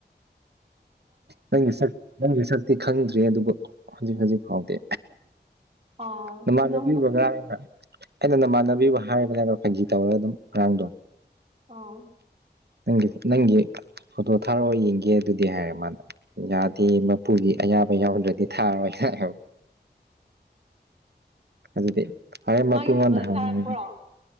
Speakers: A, on the right (about 65°); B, on the right (about 35°).
A: ꯅꯪꯒꯤ ꯁꯛ ꯅꯪꯒꯤ ꯁꯛꯇꯤ ꯈꯪꯗ꯭ꯔꯤ ꯑꯗꯨꯕꯨ ꯍꯧꯖꯤꯛ ꯍꯧꯖꯤꯛ ꯐꯥꯎꯗꯤ
B: ꯑꯣ
A: ꯅꯃꯥꯟꯅꯕꯤꯕꯨ
B: ꯅꯣꯡꯃ ꯈꯪꯁꯤ
A: ꯉꯥꯡꯉꯥꯒ ꯑꯩꯅ ꯅꯃꯥꯟꯅꯕꯤꯕꯨ ꯍꯥꯏꯕꯅꯦꯕ ꯐꯥꯒꯤ ꯇꯧꯔꯒ ꯑꯗꯨꯝ ꯉꯔꯥꯡꯗꯣ
B: ꯑꯣ
A: ꯅꯪꯒꯤ ꯅꯪꯒꯤ ꯐꯣꯇꯣ ꯊꯥꯔꯛꯑꯣ ꯌꯦꯡꯒꯦ ꯑꯗꯨꯗꯤ ꯍꯥꯏꯔꯦ ꯃꯅꯥ ꯌꯥꯗꯦ ꯃꯄꯨꯒꯤ ꯑꯌꯥꯕ ꯌꯥꯎꯗ꯭ꯔꯗꯤ ꯊꯥꯔꯣꯏ ꯍꯥꯏ ꯑꯗꯨꯗꯤ ꯍꯣꯔꯦꯟ ꯃꯄꯨꯡꯉꯣꯟꯗ
B: ꯃꯥꯒꯤ ꯐꯣꯇꯣꯗꯣ
A: ꯍꯪꯉꯣ
B: ꯊꯥꯔꯛꯄ꯭ꯔꯣ